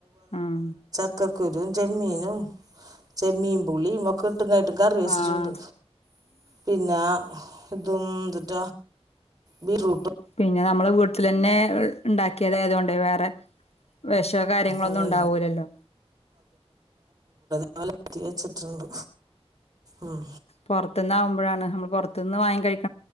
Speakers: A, on the left; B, on the right.
A: ഉം
B: ക്കക്കുരും ചെമ്മീനും ചെമ്മീം പുളീമൊക്ക ട്ട്കാട്ട് കറി വെച്ചിട്ടുണ്ട്
A: ആഹ്
B: പിന്നാ തും ന്തുട്ട ബിട്രൂ
A: പിന്നെ നമ്മള് വി ത്തിലന്നെ ണ്ടാക്കിയതായതുകൊണ്ട് വേറെ വെഷെ കാര്യങ്ങളൊന്നും
B: അതന്നെ
A: ഉണ്ടാവൂലല്ലോ.
B: ഞാൻ ഒലത്തി വെച്ചിട്ടുണ്ട് ഉം.
A: പൊറത്ത്ന്നാവുമ്പഴാണ് നമ്മ പൊറത്തുന്ന് വാങ്ങി കഴിക്ക